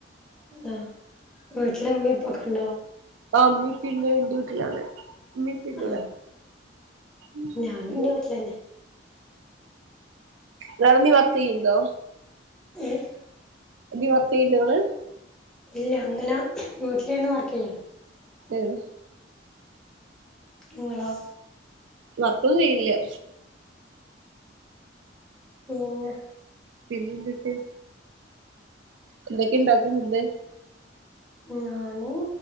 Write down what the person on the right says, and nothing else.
ആ ഇമ്മി ഇപ്പി ണ്ട് ഇന്റെ വീട്ടിലാണ് ഇമ്മി ഇപ്പിണ്ട്
ഇവടെ <unintelligible>
ഇങ്ങള് എന്തേ വർക്ക്‌ ചെയ്യ്ണ്ടോ
എന്തേ വർക്ക് ചെയ്യണ്ടൊ ഇങ്ങള്?
ഉം
വർക്കൊന്നും ചെയ്യണില്ല്യ.
പിന്നെന്തെക്കെ? എന്തൊക്കെ ഉണ്ടാക്കും ഫുഡ്‌?